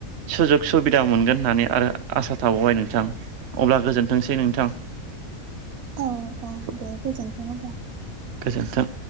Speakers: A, on the right; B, on the right.
A: सुजुग सुबिदा मोनगोन होननानै आरो आसा थाबावबाय नोंथां। अब्ला गोजोनथोंसै नोंथां
B: औ औ दे गोजोनथों होमबा
A: गोजोन्थों